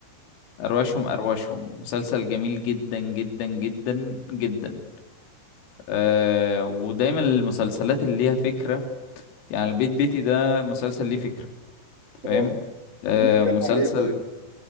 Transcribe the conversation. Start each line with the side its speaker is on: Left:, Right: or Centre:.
Left: أرواشهم أرواشهم مسلسل جميل جدا جدا جدا جدا أه ودايما المسلسلات اللي ليها فكرة يعني البيت بيتي ده مسلسل ليه فكرة أنت فاهم
Right: اه
Left: أه
Right: بيتكلم
Left: مسلسل
Right: عن ايه طيب